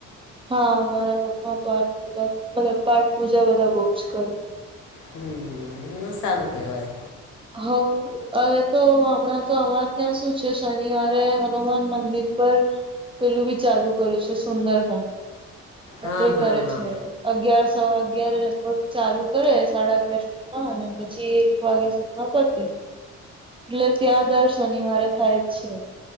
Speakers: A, on the right; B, on the left.
A: હા, અમારા ઘરમાં પાઠ પૂજા મતલબ પાઠ પૂજા બધા બહું જ કરે.
B: હમ હમ હ સારું કેવાય.
A: હોવ. હવે તો હમણાં તો અમાર ત્યાં શું છે શનિવારે હનુમાન મંદિર પર પેલું બી ચાલુ કર્યું છે, સુંદર <unintelligible> રાત્રે
B: હા હા
A: કરે
B: હા
A: છે એ. અગિયાર, સવા અગિયાર એ લગભગ ચાલુ કરે, સાડા અગિયાર સુધી માં, અને પછી એક વાગ્યા સુધી તે એટલે ત્યાં દર શનિવારે થાય જ છે.